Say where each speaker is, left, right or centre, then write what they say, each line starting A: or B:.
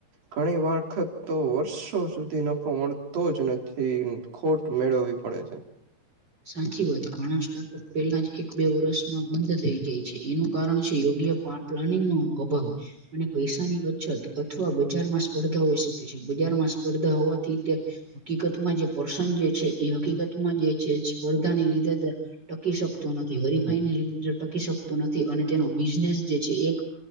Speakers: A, on the right; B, on the right.
A: ઘણી વરખત તો વર્ષો સુધી નફો મળતો જ નથી ખોટ મેળવવી પડે છે <inaudible>
B: સાચી વાત ઘણા સ્ટાર્ટઅપ પહેલા જ એક બે વર્ષમાં બંધ થઈ જાય છે એનું કારણ છે યોગ્ય પ્લાનિંગ નો અભાવ અને પૈસાની અછત અથવા બજારમાં સ્પર્ધા હોઈ શકે છે બજારમાં સ્પર્ધા હોવાથી તે હકીકતમાં જે પર્સન જે છે એ હકીકતમાં જે છે સ્પર્ધાને લીધે ટકી શકતો નથી હરીફાઈની લીધ ટકી શકતો નથી અને તેનો બિઝનેસ જે છે એક